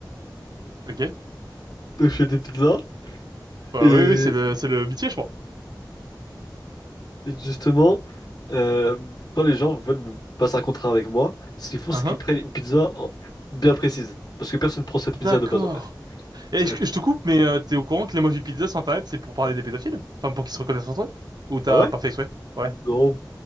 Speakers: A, on the right; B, on the left.
A: ok.
B: Donc, <laughs> je fais des pizzas
A: Bah
B: et
A: oui, oui, c'est le, c'est le métier, je crois.
B: justement, euh, quand les gens veulent me passer un contrat avec moi, ce qu'ils font,
A: Hein,
B: c'est qu'ils
A: hein.
B: prennent une pizza en- bien précise. Parce que personne prend cette
A: D'accord.
B: pizza de base en fait.
A: Et
B: C'est
A: je,
B: la pizza.
A: je te coupe, mais euh, t'es au courant que l'emoji pizza sur Internet, c'est pour parler des pédophiles? Enfin, pour qu'ils se reconnaissent entre eux? Ou t'as
B: Ah ouais?
A: pas fait exprès? Ouais.
B: Non,